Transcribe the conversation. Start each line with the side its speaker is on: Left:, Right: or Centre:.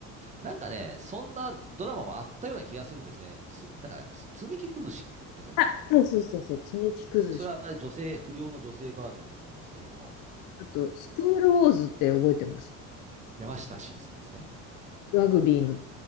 Right: なんかね、そんなドラマもあったような気がするんですね。つ、だから、つ、積み木崩しってか言ったかな。
Left: あそうそうそうそう、積み木崩し。
Right: それは女性、不良の女性バージョンやったと思いますけども、
Left: あと、スクールウォーズって覚えてます。
Right: 山下真司さんですね。
Left: ラグビーの。